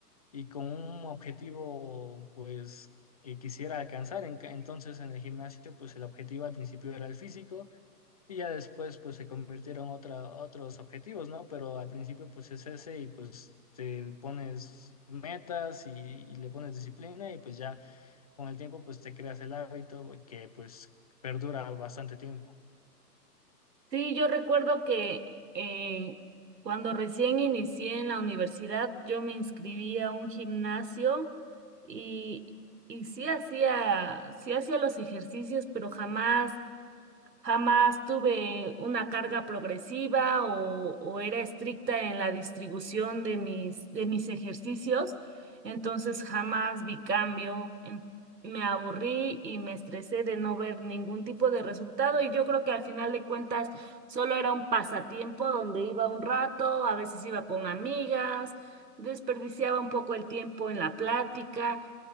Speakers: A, on the left; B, on the right.
A: y con un objetivo pues que quisiera alcanzar. En- ca- Entonces en el gimnasio pues el objetivo al principio era el físico. Y ya después pues se convirtieron otra, otros objetivos, ¿no? Pero al principio pues es ese y pues te pones metas y, y le pones disciplina y pues ya con el tiempo pues te creas el hábito que pues perdura bastante tiempo.
B: Sí, yo recuerdo que eh, cuando recién inicié en la universidad, yo me inscribí a un gimnasio y, y sí hacía, sí hacía los ejercicios, pero jamás Jamás tuve una carga progresiva o, o era estricta en la distribución de mis, de mis ejercicios, entonces jamás vi cambio. En- me aburrí y me estresé de no ver ningún tipo de resultado y yo creo que al final de cuentas solo era un pasatiempo donde iba un rato, a veces iba con amigas, desperdiciaba un poco el tiempo en la plática